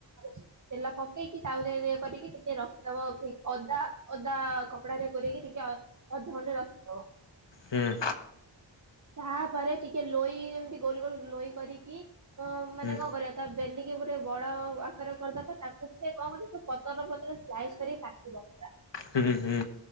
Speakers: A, on the right; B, on the left.
A: ତେଲ ପକେଇକି ତା ଭିତରେ ଇଏ କରିକି ଟିକେ ରଖିଦବ ଅଦା ଓଦା କପଡା ରେ ଗୋରେଇକି ଟିକେ ଅଧନରେ ରଖିଦବ।
B: ହୁଁ।
A: ତାପରେ ଟିକେ ଲୋଇ ଯେମିତି ଗୋଲ ଗୋଲ ଲୋଇ କରିକି। ଅ ମାନେ
B: ହୁଁ
A: କଣ କରିବା ତା। ବେଲିକି ପୂରା ବଡ ଆକାର କରିଦବା ତାକୁ ଟିକିଏ କଣ କ ନି ପତର ପତର ସ୍ଲାଇସ୍ କରି କାଟିବ ପୁରା।
B: ହୁଁ ହୁଁ।